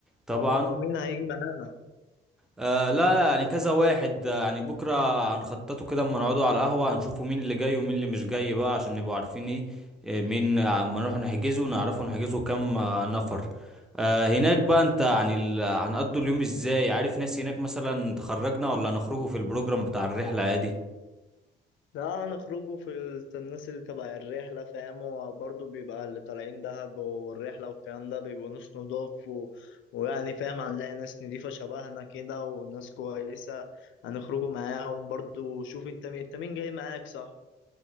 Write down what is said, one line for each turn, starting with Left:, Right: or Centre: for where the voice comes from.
Centre: طبعا
Left: طب هو مين هيجي معانا؟
Centre: آه لا يعني كذا واحد آه، يعني بكرة هنخططه كده اما نقعدوا على القهوة هنشوفوا مين اللي جاي ومين اللي مش جاي بقى عشان نبقوا عارفين ايه آه، مين آه، اما نروح نحجزه ونعرفه نحجزه كام آه، نفر آه هناك بقى انت يعني ال- هنقضوا اليوم ازاي عارف ناس هناك مثلا تخرجنا ولا هنخرجوا في البروجرام بتاع الرحلة عادي
Left: ده هنخرجوا في ال- الناس اللي تبع الرحلة فاهم وبرضه بيبقى اللي طالعين دهب والرحلة والكلام ده بيبقوا ناس نضاف و... ويعني فاهم هنلاقي ناس نضيفة شبهنا كده وناس كويسة هنخرجوا معاهم برضه شوف انت مين انت مين جاي معاك صح